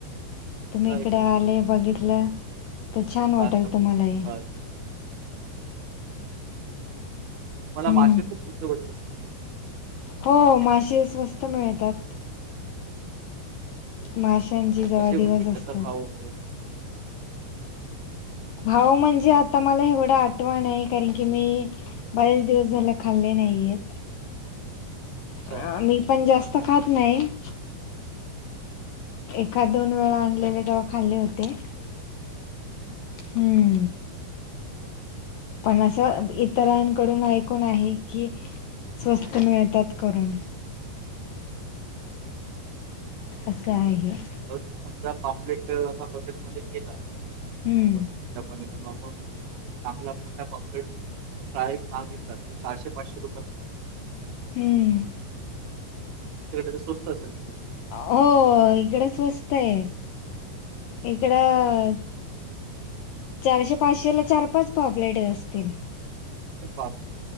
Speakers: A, on the right; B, on the left.
A: पुन्हा
B: तुम्ही इकडे
A: एकदम
B: आले
A: असं
B: बघितलं तर छान वाटेल
A: पार्कला पोर्तुगीज
B: तुम्हाला ही
A: पार्क. मला
B: हम्म
A: मासे खूप स्वस्त वाटत असतील मग
B: हो मासे स्वस्त मिळतात माशांचे जवा
A: कसे
B: दिवस
A: म्हणजे
B: असतात
A: कसा भाव वगैरे कसं आहे?
B: भाव म्हणजे आता मला एवढं आठवण आहे कारण की मी बरेच दिवस झाले खाल्ले नाहीयेत
A: अच्छा.
B: अ मी पण जास्त खात नाही एखाद दोन वेळा आणलेले तवा खाल्ले होते हम्म पण असं इतरांकडून ऐकून आहे की स्वस्त मिळतात करून असं आहे
A: जर समजा पापलेट आता हॉटेलमध्ये गेला
B: हम्म
A: आपण कुठल्या पण नॉर्मल व चांगला मोठा पॉपलेट फ्राय मागितला तर चारशे पाचशे रुपया
B: हम्म
A: तिकडे स्वस्त असेल खूप
B: हो इकड स्वस्त आहे इकडं चारशे पाचशे ला चार पाच पॉपलेट असतील
A: एक बात